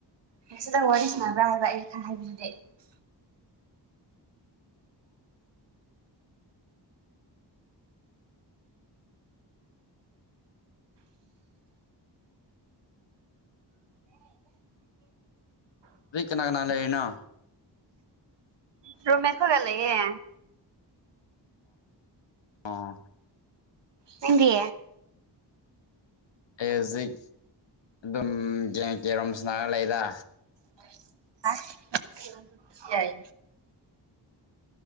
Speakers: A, on the right; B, on the left.
A: ꯉꯁꯤꯇꯪ ꯋꯥꯔꯤ ꯁꯥꯟꯕ꯭ꯔꯥ ꯍꯥꯏꯕ ꯑꯩꯅ <unintelligible>
B: ꯅꯣꯏ ꯀꯅꯥ ꯀꯅꯥ ꯂꯩꯔꯤꯅꯣ
A: ꯔꯨꯝ ꯃꯦꯠ ꯈꯣꯏꯒ ꯂꯩꯌꯦ
B: ꯑꯣ
A: ꯅꯪꯗꯤ
B: ꯑꯩ ꯍꯧꯖꯤꯛ ꯑꯗꯨꯝ ꯒꯦꯝ ꯀꯦꯔꯣꯝ ꯁꯅꯔ ꯂꯩꯗ
A: <unintelligible> ꯌꯥꯏ